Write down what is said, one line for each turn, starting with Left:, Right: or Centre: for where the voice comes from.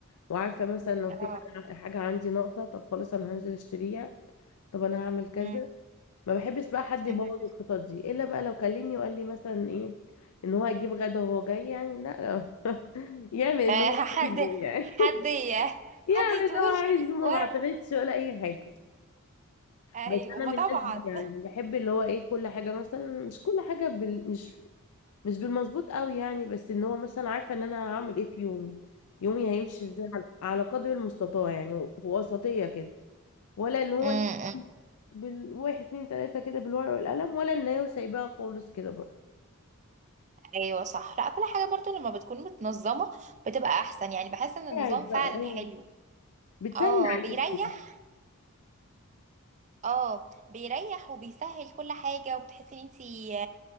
Left: وعارفة مثلا لو
Right: اه
Left: في حاجة حاجة عندي ناقصة طب خلاص انا هنزل اشتريها طب انا هعمل كذا
Right: أمم،
Left: ما بحبش بقى حد يبوظ
Right: أمم.
Left: الخطط دي الا بقى لو كلمني وقال لي مثلا ايه ان هو هيجيب غدا وهو جاي يعني لا <laughs> لا. يعمل اللي
Right: آه،
Left: هو
Right: حد
Left: عايزه يعني
Right: حد
Left: <laughs>
Right: ي-
Left: يعمل
Right: حد يطول
Left: اللي هو عايزه
Right: <laughs>
Left: ما
Right: و
Left: بعتمدش ولا اي حاجه
Right: ايوه
Left: بس انا
Right: ما
Left: من
Right: طبعا
Left: الناس دي يعني بحب اللي هو ايه كل حاجه مثلا مش كل حاجه بال... مش مش بالمظبوط قوي يعني بس ان هو مثلا عارفه ان انا هعمل ايه في يومي يومي هيمشي ازاي على على قدر المستطاع يعني و- وسطيه كده ولا اللي هو
Right: ايوه
Left: بالواحد اتنين تلاتة كده بالورقة والقلم ولا النايه وسايباها خالص كده برضه
Right: ايوه صح لا كل حاجه برضو لما بتكون متنظمه بتبقى احسن يعني بحس ان النظام
Left: قاعد بقى
Right: فعلا
Left: اه
Right: حلو
Left: بتسهل
Right: اه
Left: عليكي
Right: بيريح اه بيريح وبيسهل كل حاجه وبتحسي ان انتي